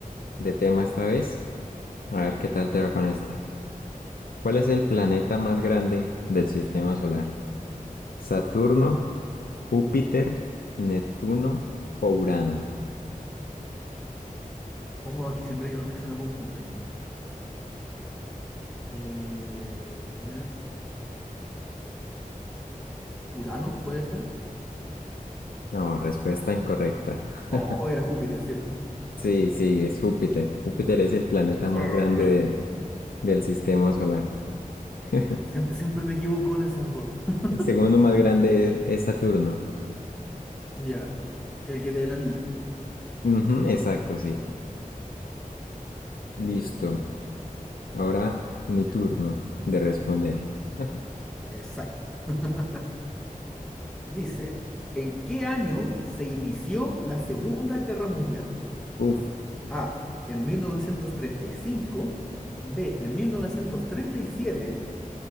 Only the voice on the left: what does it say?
de tema esta vez. A ver qué tal te va con esta. ¿Cuál es el planeta más grande del sistema solar? ¿Saturno,
Júpiter, Neptuno o Urano?
No, respuesta incorrecta.
<laughs>
Sí, sí, es Júpiter. Júpiter es el planeta
más grande de- del sistema solar. <laughs>
El segundo más grande es, es Saturno.
Ujú, exacto, sí. Listo.
Ahora mi
turno de responder. <laughs>
Uf,